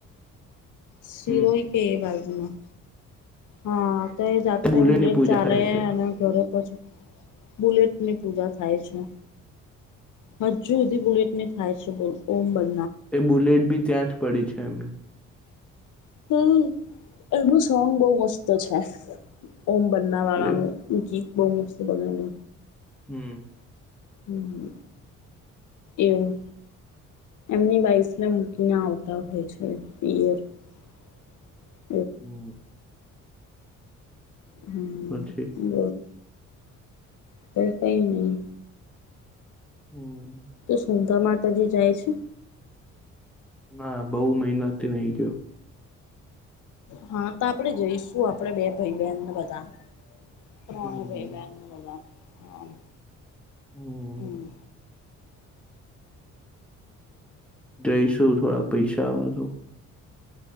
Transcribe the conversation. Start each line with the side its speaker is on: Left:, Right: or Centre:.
Left: શિરોહી
Centre: હમ
Left: કે એ બાદમાં. હા તો એ જાતે
Centre: બુલેટની
Left: બુલેટ
Centre: પૂજા
Left: ચાલે
Centre: થાય છે
Left: અને ઘરે પછી બુલેટની પૂજા થાય છે. હજુ સુધી બુલેટ ને થાય છે બોલ ઓમ ભાઈ
Centre: એ બુલેટ બી ત્યાં જ પડી છે એમને.
Left: હમ્મ એનું સોંગ બહ મસ્ત છે. ઓમ બનના વાળાનું
Centre: એ
Left: ગીત બહ મસ્ત બનેલો.
Centre: હમ્મ.
Left: હમ્મ એવું એમની વાઈસને મૂકીને આવતા હોય છે પિયર. <inaudible>
Centre: હમ્મ.
Left: હમ્મ
Centre: પછી
Left: બ તો કઈ નહી.
Centre: હમ્મ.
Left: તો શુંધા માતાજી જાય છે.
Centre: ના બહુ મહિનાથી ની ગયો.
Left: હા તો આપણેે જઈશું આપડે બે ભાઈ બહેનને બધા પ્રોણ
Centre: હમ.
Left: પઈ બે ક હ હમ્મ.
Centre: હમ.
Left: હમ્મ.
Centre: જઈશું થોડા પૈસાવા આ દો.